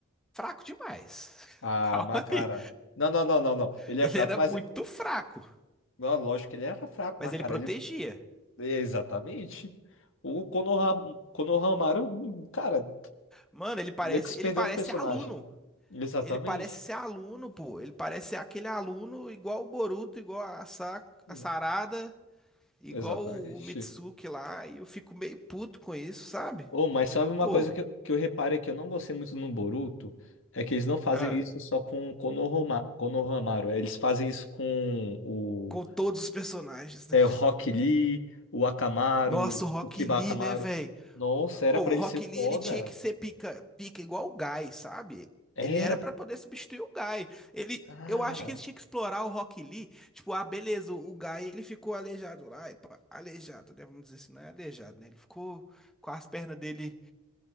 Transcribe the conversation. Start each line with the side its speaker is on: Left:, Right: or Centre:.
Centre: fraco demais.
Left: Ah,
Centre: <laughs> Calma
Left: Macara.
Centre: aí.
Left: Não, não, não, não, não. Ele
Centre: Ele
Left: é fraco,
Centre: era
Left: mas.
Centre: muito fraco,
Left: Não, lógico que ele era fraco,
Centre: mas
Left: mas,
Centre: ele
Left: cara,
Centre: protegia.
Left: ele. Exatamente. O Konoha... Konohamaru, hum, cara,
Centre: Mano, ele parece,
Left: meio que se perdendo
Centre: ele parece
Left: o personagem.
Centre: aluno.
Left: Exatamente.
Centre: Ele parece ser aluno, pô. Ele parece ser aquele aluno igual o Boruto, igual a, Sa
Left: Exa-
Centre: a Sarada. Igual
Left: Exatamente.
Centre: o Mitsuki lá, e eu fico meio puto com isso, sabe?
Left: Oh, mas sabe uma
Centre: Pô,
Left: coisa que eu, que eu reparei que eu não gostei muito no Boruto? É que eles não fazem
Centre: Ah,
Left: isso só com o Konohama... Konohamaru. é, Eles fazem isso com o.
Centre: com todos os personagens, né?
Left: É, o Rock Lee, o Akamaru,
Centre: Nossa, o Rock
Left: o Kiba
Centre: Lee,
Left: Akamaru.
Centre: né, velho?
Left: Nossa, era
Centre: o
Left: pra ele
Centre: Rock
Left: ser
Centre: Lee,
Left: foda.
Centre: ele tinha que ser pica, pica igual o Guy, sabe?
Left: Era,
Centre: Ele era pra poder substituir o Guy. Ele,
Left: cara,
Centre: eu acho que eles tinham que explorar o Rock Lee. Tipo, ah, beleza, o, o Guy, ele ficou aleijado lá. e epa, Aleijado, né? Vamos dizer assim, não é aleijado, né? Ele ficou com as pernas dele